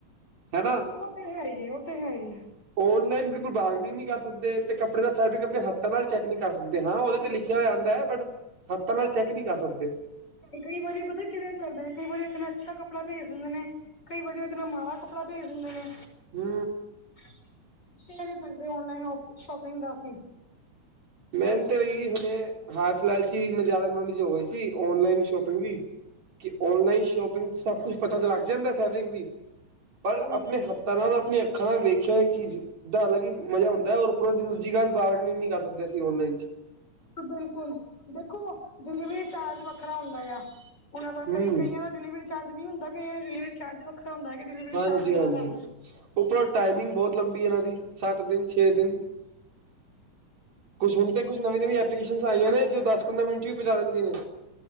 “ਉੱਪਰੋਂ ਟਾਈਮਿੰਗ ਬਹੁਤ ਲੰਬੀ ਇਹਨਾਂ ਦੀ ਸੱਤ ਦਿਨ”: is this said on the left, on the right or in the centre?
Right